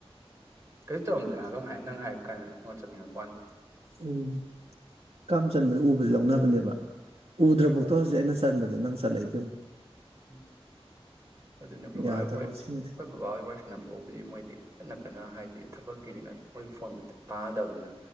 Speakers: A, on the right; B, on the right.
A: ꯀꯔꯤ ꯇꯧꯔꯝꯗꯣꯏ <unintelligible> ꯅꯪ ꯍꯥꯏ ꯀꯥꯏꯅ <unintelligible> ꯆꯟꯅꯤꯡꯉꯛꯄꯅꯤ
B: ꯎꯝ ꯍꯀꯥꯝ ꯆꯟꯕ ꯎꯕꯁꯦ ꯂꯧꯅꯕꯅꯦꯕ ꯎꯗ꯭ꯔꯐꯥꯎꯗ ꯍꯧꯖꯤꯛ ꯑꯩꯅ ꯆꯟꯕꯗ ꯅꯪ ꯆꯠꯂꯛꯏꯗꯨ ꯌꯦꯡꯉꯨ
A: ꯎꯝ ꯑꯗꯨꯅꯦ ꯑꯩꯈꯣꯏꯕꯍꯣꯏ
B: ꯌꯥꯗꯕꯅꯦ
A: ꯑꯩꯈꯣꯏ
B: ꯁꯤꯃꯗꯤ
A: ꯕꯕꯥ ꯍꯣꯏ ꯋꯥꯔꯤ ꯁꯥꯟꯅꯕꯕꯨꯗꯤ ꯃꯣꯏꯗꯤ ꯀꯟꯅ ꯀꯟꯅ ꯍꯥꯏꯗꯤ ꯊꯕꯛ ꯀꯤꯅꯤꯅ ꯃꫭꯏ ꯐꯣꯟꯗꯨ ꯇꯥꯟꯅꯗꯕꯅꯤꯅ